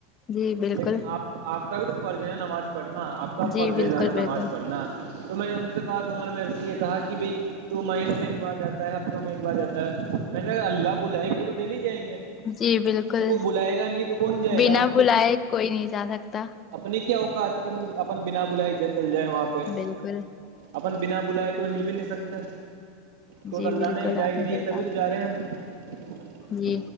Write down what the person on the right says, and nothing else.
لیکن آپ آپ کا بھی تو فرض ہے نا نماز پڑھنا آپ کا
فرض ہے
جانا
نماز پڑھنا تو میں نے ان سے کہا تو انہوں نے میرے سے یہ کہا کہ بھائی تو مہینوں میں ایک بار جاتا ہے ہفتوں میں ایک بار جاتا ہے میں نے اللہ بلائیں گے تو ڈیلی جائیں گے
جب وہ بلائے گا نہیں تو کون جائے
گا اپنے
اپنی کیا اوقات کہ مطلب اپن بنا بلائی چل جائے وہاں پہ
اپن بنا بلائے تو ہل بھی نہیں سکتا تو
اللہ
نے ہدایت
دی
ہے تبھی تو جا رہے ہیں ہم